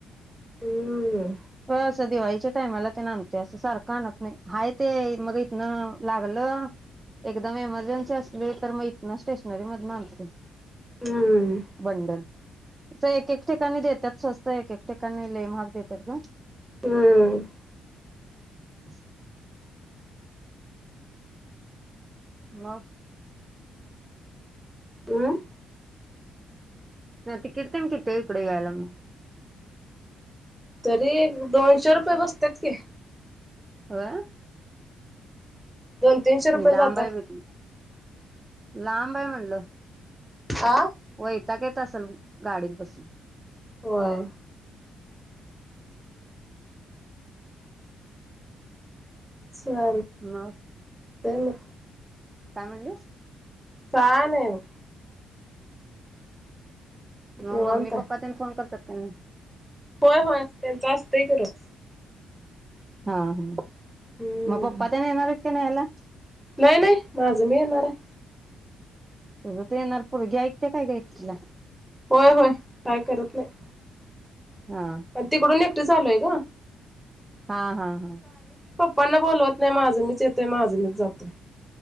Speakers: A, in the centre; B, on the right (about 20°).
A: हम्म
B: असं दिवाळीच्या टायमाला ते आणतोय, असं सारखं आणत नाही हाय ते मग इथन लागलं एकदम एमर्जन्सी असली तर मग इथन स्टेशनरी मध्यन आणतोय.
A: हम्म.
B: बंडल असं एक-एक ठिकाणी देत्यात स्वस्त, एक-एक ठिकाणी लय महाग दे त्यात ग.
A: हम्म
B: <inaudible> मग
A: अमं?
B: ना तिकिट तेन किती हाय इकडं यायला म?
A: तरी दोनशे रुपये बसत्यात की,
B: होय?
A: दोन - तीनशे
B: लय
A: रुपये
B: लांब
A: जातात.
B: आहे बाई ते लांब आहे म्हणलं
A: आ?
B: वयताक येत असल गाडीत बसून?
A: होय चालतंय
B: मग
A: मग
B: काय म्हणलीस?
A: काय नाही बग.
B: मग
A: निवांत
B: मम्मी
A: हाय
B: पप्पा तेन फोन करत्यात? कणी.
A: होय होय त्यांच असतय की रोज.
B: हा हं.
A: हम्म
B: मग पप्पा ते ना येणार हाईत कनायला.
A: नाही नाही माझं मी येणार आहे.
B: तगं त येणार पुर्गी ऐकते काय ग एकटीला?
A: होय होय काय करत नाही.
B: हा
A: आण तिकडून एकटीच आलोय ग.
B: हा हा हा.
A: प्पाना बोलवत नाही माझं मीच येतोय माझं मीच जातोय.